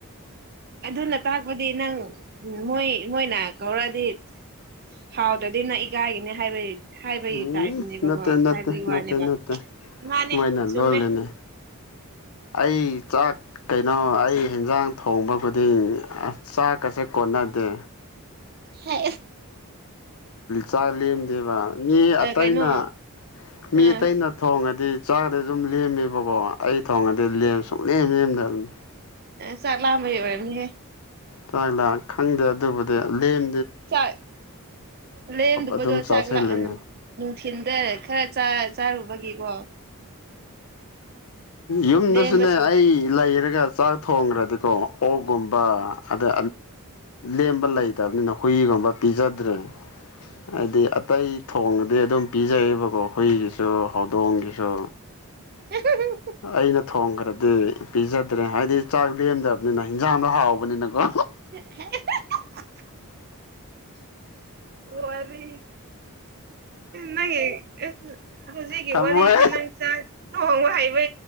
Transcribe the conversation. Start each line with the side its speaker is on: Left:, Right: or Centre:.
Right: ꯑꯗꯨꯅ ꯇꯥꯛꯄꯗꯤ ꯅꯪ ꯎꯝ ꯃꯣꯏ ꯃꯣꯏꯅ ꯀꯧꯔꯛꯑꯗꯤ ꯍꯥꯎꯗ꯭ꯔꯗꯤ ꯅ ꯏꯀꯥꯏꯒꯅꯤ ꯍꯥꯏꯕꯩ ꯍꯥꯏꯕꯒꯤ
Left: ꯎꯝ
Right: ꯇꯥꯏꯞꯅꯦꯕꯀꯣ
Left: ꯅꯠꯇꯦ ꯅꯠꯇꯦ
Right: ꯍꯥꯏꯕꯒꯤ ꯋꯥꯅꯦꯕ
Left: ꯅꯠꯇꯦ ꯅꯠꯇꯦ
Right: ꯃꯥꯅꯦ
Left: ꯃꯣꯏꯅ
Right: ꯆꯨꯝꯃꯦ
Left: ꯂꯣꯜꯜꯂꯤꯅꯦ ꯑꯩ ꯆꯥꯛ ꯀꯩꯅꯣ ꯑꯩ ꯍꯟꯖꯥꯡ ꯊꯣꯡꯕ ꯈꯨꯗꯤꯡ ꯑ ꯆꯥꯛꯀꯁꯦ ꯀꯣꯟꯅꯗꯦ
Right: ꯍ
Left: ꯆꯥꯛ ꯂꯦꯝꯗꯦꯕ ꯃꯤ ꯑꯇꯩꯅ
Right: ꯀꯩꯅꯣ
Left: ꯃꯤ
Right: ꯑꯥ
Left: ꯑꯇꯩꯅ ꯊꯣꯡꯉꯗꯤ ꯆꯥꯒꯗꯤ ꯑꯗꯨꯨꯝ ꯂꯦꯝꯃꯦꯕꯀꯣ ꯑꯩ ꯊꯣꯡꯒꯗꯤ ꯂꯦꯝ ꯁꯨꯡ ꯂꯦꯝ ꯂꯦꯝꯗꯕꯅꯤ
Right: ꯆꯂꯝꯍꯤ ꯑꯣꯏꯅꯤꯌꯦ
Left: ꯆꯥꯛꯂ ꯈꯪꯗꯦ ꯑꯗꯨꯕꯨꯗꯤ ꯂꯦꯟ
Right: ꯆꯥꯛ ꯂꯩꯔꯦꯝꯗꯕꯗꯣ
Left: ꯑꯗꯨꯝ ꯆꯥꯁꯤꯜꯂꯤꯅꯦ
Right: ꯆꯥꯛ ꯅꯨꯡꯊꯤꯜꯗ ꯈꯔ ꯆꯥꯔꯨꯕꯒꯤꯀꯣ
Left: ꯌꯨꯝꯗꯁꯨꯅꯦ
Right: ꯂꯦꯝꯕꯁꯤꯡꯅ
Left: ꯑꯩ ꯂꯩꯔꯒ ꯆꯥꯛ ꯊꯣꯡꯈ꯭ꯔꯗꯤꯀꯣ ꯑꯣ ꯀꯣꯝꯕ ꯑꯗꯦ ꯂꯦꯝꯕ ꯂꯩꯇꯕꯅꯤꯅ ꯍꯨꯏꯒꯨꯝꯕ ꯄꯤꯖꯗ꯭ꯔꯦ ꯍꯥꯏꯗꯤ ꯑꯇꯩ ꯊꯣꯡꯗꯤ ꯑꯗꯨꯝ ꯄꯤꯖꯩꯌꯦꯕꯀꯣ ꯍꯨꯏꯒꯤꯁꯨ ꯍꯧꯗꯣꯡꯒꯤꯁꯨ
Right: <inaudible>
Left: ꯑꯩꯅ ꯊꯣꯡꯈ꯭ꯔꯗꯤ ꯄꯤꯖꯗ꯭ꯔꯦ ꯍꯥꯏꯕꯗꯤ ꯆꯥꯛ ꯂꯦꯝꯗꯕ ꯑꯗꯨꯅ ꯍꯤꯟꯖꯥꯡꯗꯣ ꯍꯥꯎꯕꯅꯤꯅꯀꯣ
Right: <inaudible> ꯑꯣꯔ ꯅꯦ ꯑꯐ ꯍꯧꯖꯤꯛꯀꯤ
Left: ꯊꯝꯃꯣꯏꯍꯦ
Right: ꯋꯥꯔꯤꯁꯦ ꯅꯪ ꯆꯥꯛ ꯊꯣꯡ ꯍꯥꯏ